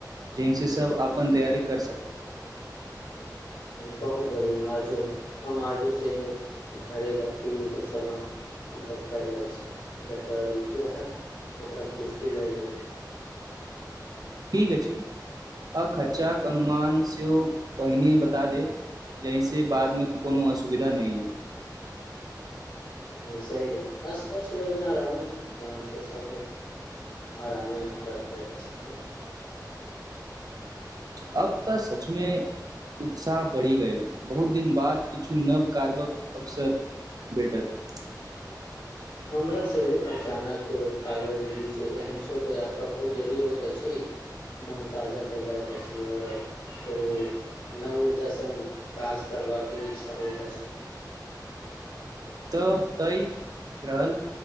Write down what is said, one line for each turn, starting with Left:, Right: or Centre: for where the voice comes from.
Right: जहिसँ सब अपन तैयारी कर सकू
Left: बहुत बढ़िआँ आज हम आजूसँ घरे बाकी मलब समांग गप्प करलने छी जकरा रुचि रहत ओकरा पुष्टि लए लेब
Right: ठीक अछि आ खर्चाक अनुमान सेहो पहिने बता देब जाहिसँ बादमे कोनो असुविधा नहि हो
Left: सह ब अस्पष्ट योजना रहहं से सभ आरामे अ कयत छथि छी
Right: अब तऽ सचमे उत्साह बढ़ि गेलय बहुत दिन बाद किछु नव कारबक अवसर भेटत
Left: हमरा सेहो अचानक कागज बीच एहन छोट यात्रा बहुत जरू होइत अछि मोन ताजा भए जाय अछि आओर फेर ओ नव ऊर्जा सङ्ग काज करबाके इच्छा होइत अछि
Right: तऽ तय रहल